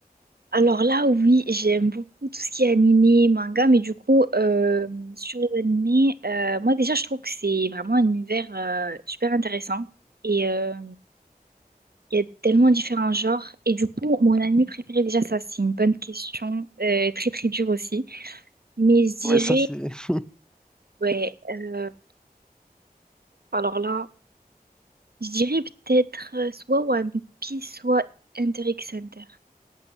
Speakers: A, on the right; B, in the centre.
A: Alors là, oui, j'aime beaucoup tout ce qui est animé, manga, mais du coup, euh, sur les animés, euh, moi déjà, je trouve que c'est vraiment un univers euh, super intéressant. Et euh, il y a tellement différents genres. Et du coup, mon anime préféré, déjà, ça, c'est une bonne question, euh, très très dure aussi. Mais je dirais,
B: Ouais, ça c'est. <laughs>
A: ouais, euh, alors là, je dirais peut-être euh, soit One Piece, soit Hunter x Hunter.